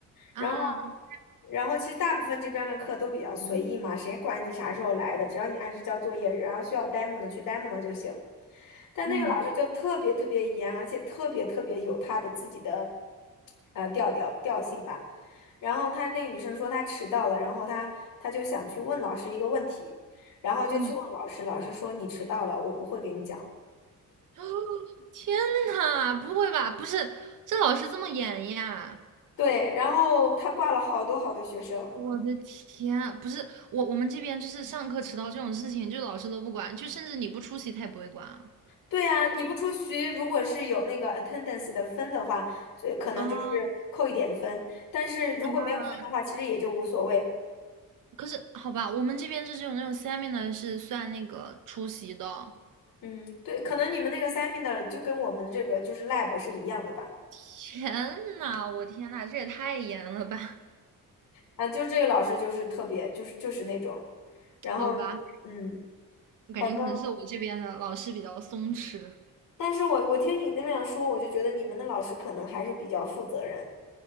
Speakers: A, on the right; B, on the left.
A: 啊，
B: 然后，然后其实大部分这边儿的课都比较随意嘛，谁管你啥时候来的，只要你按时交作业，然后需要 demo 的去 demo 了就行。但那个老师就特别特别严，
A: 嗯
B: 而且特别特别有他的自己的呃调调调性吧。然后他那个女生说她迟到了，然后她她就想去问老师一个问题，然后就去问老师，
A: 嗯，
B: 老师说你迟到了，我不会给你讲的。
A: 哦，天呐，不会吧？不是，这老师这么严呀？
B: 对，然后他挂了好多好多学生，
A: 我的天啊，不是我，我们这边就是上课迟到这种事情，就老师都不管，就甚至你不出席他也不会管啊。
B: 对啊，你不出席，如果是有那个 attendance 的分的话，就可能就是扣一点分，
A: 啊
B: 但是如果没有分的话，
A: 啊！
B: 其实也就无所谓。
A: 可是好吧，我们这边是只有那种 seminar 是算那个出席的。
B: 嗯，对，可能你们那个 seminar 就跟我们这个就是 lab 是一样的吧？
A: 天呐，我天呐，这也太严了吧？
B: 啊，就是这个老师就是特别，就是就是那种，然后
A: 好吧，
B: 嗯，
A: 我感觉可能是我这边的老师比较松弛。
B: 反正，但是我我听你那么样说，我就觉得你们的老师可能还是比较负责任，